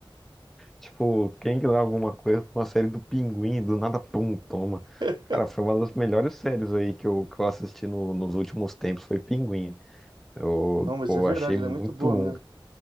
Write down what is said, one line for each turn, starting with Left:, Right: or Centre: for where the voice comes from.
Centre: Tipo, quem que dá alguma coisa pra uma série do Pinguim, do nada, pum, toma.
Right: <laughs>
Centre: Cara, foi uma das melhores séries aí que eu, que eu assisti no- nos últimos tempos, foi Pinguim. Eu,
Right: Não, mas
Centre: pô,
Right: é verdade,
Centre: achei muito
Right: ela é muito boa mesmo.